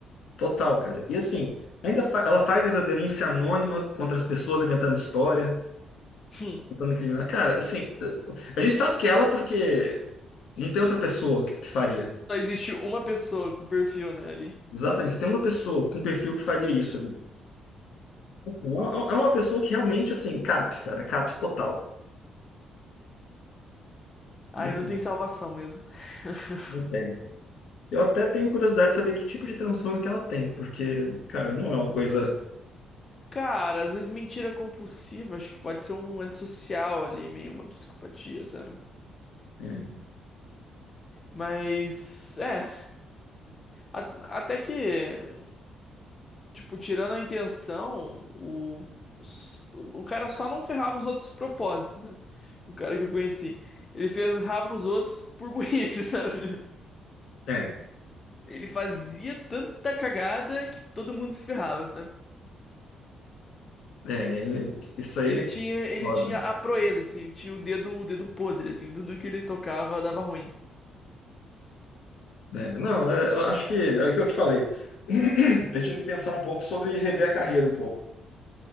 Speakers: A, on the left; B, on the left.
A: Total, cara. E assim, ainda fa- ela faz ainda denúncia anônima contra as pessoas inventando história,
B: Hum,
A: tentando incriminar. Cara, assim, eh, a gente sabe que é ela porque não tem outra pessoa que, que faria.
B: Só existe uma pessoa com perfil, né, ali.
A: Exatamente, só tem uma pessoa com perfil que faria isso ali. Assim, é é é uma pessoa que realmente, assim, caps, cara, caps total.
B: Aí
A: Não
B: não tem salvação mesmo. <laughs>
A: não tem. Eu até tenho curiosidade de saber que tipo de transtorno que ela tem, porque, cara, não é uma coisa.
B: Cara, às vezes mentira compulsiva, acho que pode ser um antissocial ali, meio uma psicopatia, sabe?
A: É,
B: Mas, é, at- até que, tipo, tirando a intenção, o, os- o cara só não ferrava os outros de propósito, né? O cara que eu conheci. Ele ferrava os outros por burrice, <laughs> sabe?
A: é,
B: Ele fazia tanta cagada que todo mundo se ferrava, sabe?
A: é, isso aí
B: Ele
A: é
B: tinha, ele
A: foda.
B: tinha a proeza, assim, ele tinha o dedo, o dedo podre, assim, tudo que ele tocava dava ruim.
A: É, não, é, eu acho que é o que eu te falei. <clears throat> Eu tive que pensar um pouco sobre rever a carreira um pouco.